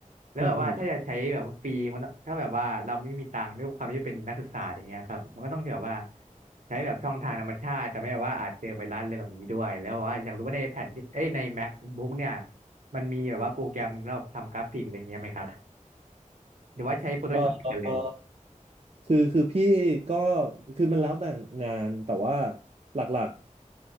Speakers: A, on the right; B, on the right.
A: แล้วแบบว่าถ้าจะใช้แบบว่าฟรีมันถ้าแบบว่าเราไม่มีตังค์ด้วยความที่เป็นนักศึกษาอย่างเงี้ยครับมันก็ต้องแบบว่า
B: อืมอืม
A: ใช้แบบช่องทางธรรมชาติจะไม่แบบว่าอาจเจอไวรัสอะไรแบบนี้ด้วยแล้วแบบว่าอยากรู้ว่าในแผ่นที่เอ้ยใน MacBook เนี่ย มันมีแบบว่าโปรแกรมสำหรับทำกราฟิกอะไรเงี้ยไหมครับหรือว่าใช้ Photoshop
B: เออเออ
A: เหมือนกันเลย
B: คือคือพี่ก็คือมันแล้วแต่งานแต่ว่าหลัก